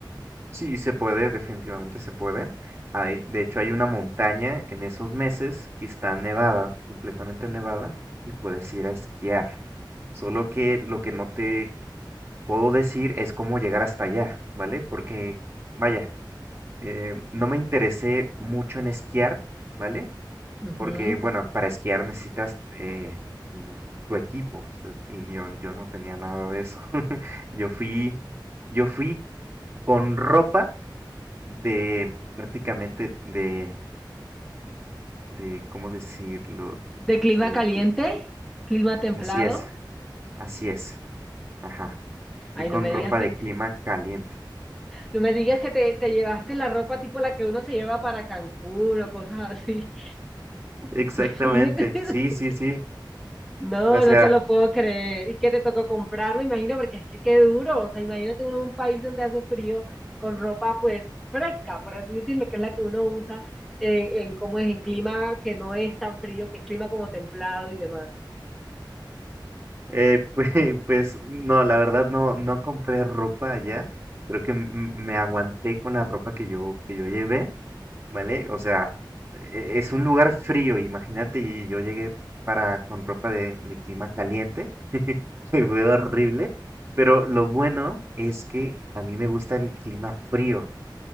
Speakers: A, on the right (about 30°); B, in the centre.
A: Sí, se puede, definitivamente se puede. Hay, de hecho, hay una montaña en esos meses que está nevada, completamente nevada, y puedes ir a esquiar. Solo que lo que no te puedo decir es cómo llegar hasta allá, ¿vale? Porque, vaya, eh, no me interesé mucho en esquiar, ¿vale?
B: Ujú.
A: Porque, bueno, para esquiar necesitas eh, tu, tu equipo, o sea, y yo, yo no tenía nada de eso. <laughs> Yo fui, yo fui con ropa de prácticamente de, de, ¿cómo decirlo?
B: ¿De clima
A: A ver,
B: caliente?
A: fui.
B: ¿Clima templado?
A: Así es, así es. Ajá.
B: Ay,
A: Fui con
B: no me
A: ropa
B: digas que...
A: de clima caliente.
B: No me digas que te, te llevaste la ropa tipo la que uno se lleva para Cancún o cosas así.
A: Exactamente,
B: <laughs>
A: sí, sí, sí.
B: No,
A: O sea,
B: no te lo puedo creer. ¿Y qué te tocó comprar? Me imagino, porque es que qué duro. O sea, imagínate uno en un país donde hace frío con ropa pues fresca, por así decirlo, que es la que uno usa en, en cómo es, en clima que no es tan frío, que es clima como templado y demás.
A: eh, <laughs> pues, pues, no, la verdad no, no compré ropa allá. Creo que m- me aguanté con la ropa que yo, que yo llevé. ¿vale? O sea, e- es un lugar frío, imagínate, y yo llegué para con ropa de, de clima caliente, <laughs> que fue horrible, pero lo bueno es que a mí me gusta el clima frío,